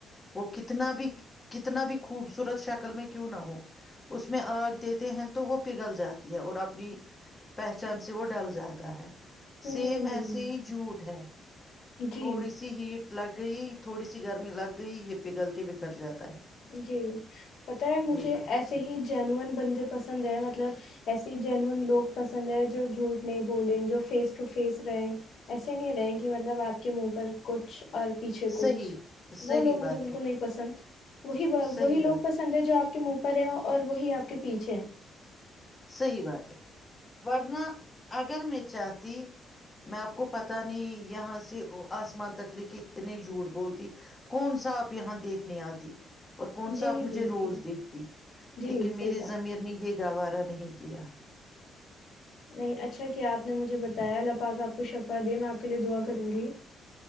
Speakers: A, on the left; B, on the left.
A: وہ کتنا بھی کتنا بھی خوبصورت شکل میں کیوں نہ ہو اس میں آگ دیتے ہیں تو وہ پگھل جاتی ہے اور اپنی پہچان سے وہ ڈل جاتا ہے
B: ہوں
A: سیم ایسے
B: ہوں
A: ہی جھوٹ ہے
B: جی
A: تھوڑی سی ہیڈ لگ گئی تھوڑی سی گرمی لگ گئی یہ پگل کے بکھر جاتی
B: جی پتا ہے مجھے
A: بات
B: ایسے ہی جینون بندے پسند ہے مطلب ایسسی جنن لوگ پسند ہے جو جھوٹ نہیں بولیں جو فیس ٹو فیس رہے ایسے نہیں رہے کہ مطلب آپ کے منہ پر کچھ اور پیچھے کچھ
A: صحیح صحیح
B: وہ لوگ مجھے
A: بات
B: بالکل
A: ہے
B: نہیں پسند وہی
A: صحیح
B: وہی لوگ
A: بات
B: پسند ہے جو آپ کے منہ پر ہے اور وہی آپ کے پیچھے ہے
A: صحی بات ہے ورنہ اگر میں چاہتی میں آپ کو پتا نہیں یہاں سے آسمان تک لے کے اتنے جھوٹ بولتی کون سا آپ یہاں دیکھنے آتی اور کون
B: جی
A: سا آپ مجھے
B: جی
A: روز
B: جی
A: دیکھتی
B: جی
A: لیکن میری
B: صحیح بات
A: زمیر
B: ہے
A: نے یہ گوارہ ہے <unintelligible> نہیں کیا
B: نہیں اچھا کیا آپ نے مجھے بتایا الپااکا آپ کو شفا دے میں آپ کے لیے دعا کروں گی